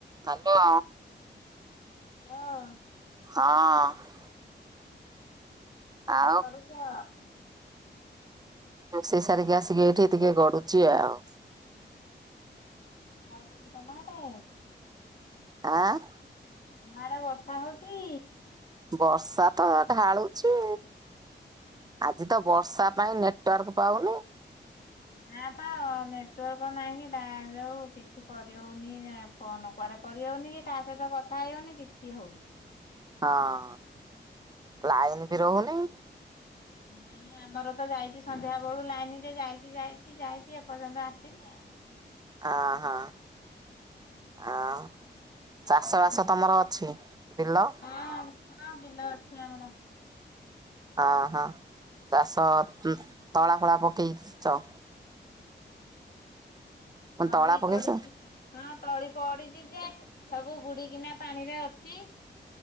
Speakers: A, on the right; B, on the left.
A: Hello.
B: ହଁ।
A: ହଁ।
B: କଣ
A: ଆଉ
B: କରୁଛ?
A: ରୋଷେଇ ସାରିକି ଆସିକି ଏଇଠି ଟିକେ ଗଡୁଛି ଆଉ।
B: ହଁ ହଉଛି କି ତମ ଆଡେ?
A: ଆଁ।
B: ତମ ଆଡେ ବର୍ଷା ହଉଛି?
A: ବର୍ଷା ତ ଢାଳୁଛି ଆଜି ତ ବର୍ଷା ପାଇଁ ନେଟୱାର୍କ ପାଉନି।
B: ନା ପା ନେଟୱାର୍କ ନାହିଁ ତା ଯୋଗୁ କିଛି କରିହଉନି ଆ ଫୋନ୍ କୁଆଡେ କରିହଉନି କି କାହା ସହିତ କଥା ହେଇ ହଉନି କିଛି ହଉନି।
A: ହଁ ଲାଇନ ବି ରହୁନି?
B: ନାଇଁ ଆମର ତ ଯାଇଛି ସନ୍ଧ୍ୟା ବେଳୁ ଲାଇନ ଯେ ଯାଇଛି ଯାଇଛି ଯାଇଛି ଏପର୍ଯ୍ୟନ୍ତ ଆସିନି ଆଉ।
A: ହଁ ହଁ। ଆଁ ଚାଷ ବାସ ତମର ଅଛି ବିଲ?
B: ହଁ ହଁ ବିଲ ଅଛି ଆମର।
A: ହଁ ହଁ ଚାଷ ତଳା ଫଳା ପକେଇଛ?
B: ଝଡି
A: ତଳା ପକେଇଛ
B: ପଡିିଛି ହଁ ତଳି ପଡିଛି ଯେ ସବୁ ବୁଡିିକିନା ପାଣିରେ ଅଛି।